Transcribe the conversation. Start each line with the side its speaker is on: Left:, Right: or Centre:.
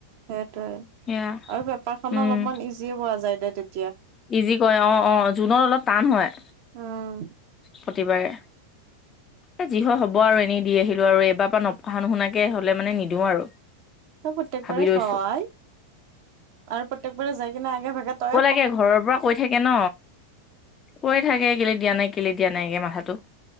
Right: সেইটোৱে
Left: সেয়া
Right: আৰু বেপাৰখনো
Left: উম
Right: অলপমান ইজিয়ে পোৱা যায় দে তেতিয়া।
Left: ইজি কয় অ অ জুনত অলপ টান হয়।
Right: উম
Left: প্ৰতিবাৰে। এ যি হয় হ'ব আৰু এনেই দি আহিলো আৰু এইবাৰ পৰা নপঢ়া নুশুনাকে হ'লে মানে নিদিও আৰু।
Right: তই প্ৰত্যয়েকবাৰে
Left: ভাবি লৈছো
Right: আই। আৰু প্ৰতেকবাৰে যাই কিনে আগে ভাগে তই
Left: এতিয়া ঘৰৰ পৰা কৈ থাকে ন কৈ থাকে কেলে দিয়া নাই। কেলে দিয়া নাই এই মাহৰটো।